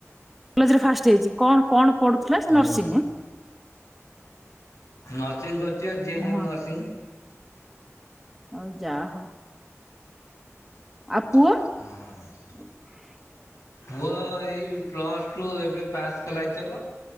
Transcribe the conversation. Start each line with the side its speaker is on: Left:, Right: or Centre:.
Centre: କଲେଜ ରେ ଫାଷ୍ଟ୍ ହେଇଚି କଣ୍- କଣ୍ ପଢୁଥିଲା ସେ
Left: ହୁଁ
Centre: ନର୍ସିଂ ଆଁ?
Left: ନର୍ସିଂ କରିଚି ବା ଜିଏନ
Centre: ହଁ
Left: ଏମ୍ ନର୍ସିଂ।
Centre: ଆଉ ଯା ହଉ। ଆଉ ପୁଅ।
Left: <inaudible>
Centre: ହ <inaudible>
Left: ପୁଅ ଏଇ ପ୍ଲସ୍ ଟୁ ଏବେ ପାସ୍ କଲା ଏଇଥରକ।